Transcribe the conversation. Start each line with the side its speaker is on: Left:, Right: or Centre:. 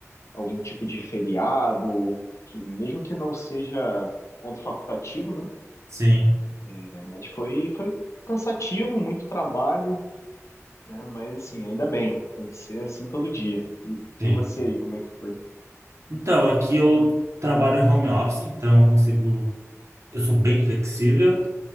Left: algum tipo de feriado, que mesmo que não seja ponto facultativo, né?
Right: sim,
Left: É, mas foi, foi cansativo, muito trabalho, né? Mas assim, ainda bem, tem que ser assim todo dia. E,
Right: sim.
Left: e você aí, como é que foi?
Right: Então, aqui eu trabalho em home office, então eu consigo... Eu sou bem flexível.